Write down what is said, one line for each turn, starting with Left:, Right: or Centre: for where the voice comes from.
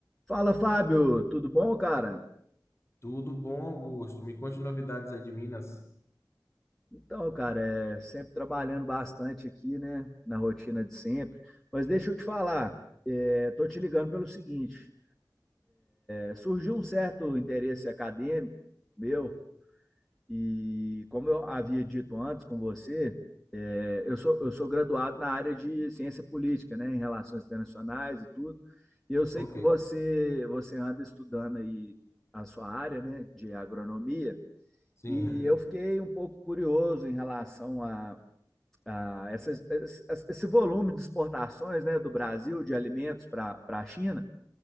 Centre: Fala, Fábio, tudo bom, cara?
Left: Tudo bom, Augusto? Me conte novidades aí de Minas.
Centre: Então, cara, é sempre trabalhando bastante aqui, né, na rotina de sempre. Mas deixa eu te falar, é, tô te ligando pelo seguinte: é, surgiu um certo interesse acadêmico meu, e como eu havia dito antes com você, é, eu sou, eu sou graduado na área de ciência política, né, em relações internacionais e tudo. E eu sei
Left: Ok,
Centre: que você, você anda estudando aí a sua área, né, de agronomia.
Left: sim.
Centre: E eu fiquei um pouco curioso em relação a, a essas, esse volume de exportações né, do Brasil de alimentos para a China.